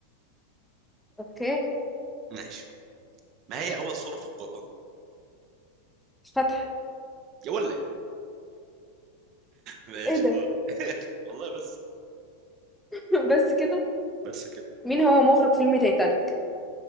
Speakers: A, in the centre; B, on the right.
A: اوكي
B: ماشي ما هي أول سورة في القرآن
A: مش فاتحة
B: يا ولا ماشي
A: ايه ده
B: دور <laughs> والله بس
A: <laughs> بس كده
B: بس كده
A: مين هو مخرج فيلم تايتانيك